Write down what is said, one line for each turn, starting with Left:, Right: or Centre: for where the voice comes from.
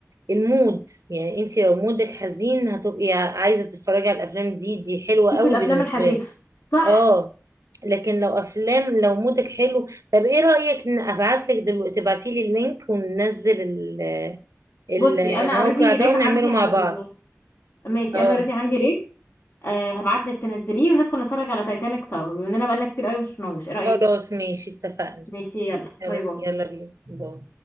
Right: المود يعني انت لو مودك حزين هتبقي عايزة تتفرجي على الافلام دي دي حلوة
Left: شوفي
Right: قوي
Left: الافلام
Right: بالنسبة
Left: الحزينه
Right: لي
Left: صح
Right: اه لكن لو افلام لو مودك حلو طب ايه رأيك ان ابعت لك دلوقتي تبعتي لي اللينك وننزل ال- آه، ال-
Left: بصي
Right: آه،
Left: انا
Right: الموقع
Left: اوريدي
Right: ده
Left: ريف
Right: ونعمله
Left: عندي
Right: مع
Left: على
Right: بعض
Left: ال... ماشي
Right: اه
Left: انا اوريدي عندي ريف أه هبعت لك تنزليه وندخل نتفرج على تايتانيك سوا بما اننا بقالنا كتير قوي مش شفناهوش ايه
Right: خلاص
Left: رايك
Right: ماشي اتفقنا
Left: ماشي يلا
Right: يلا
Left: باي باي
Right: يلا بينا باي.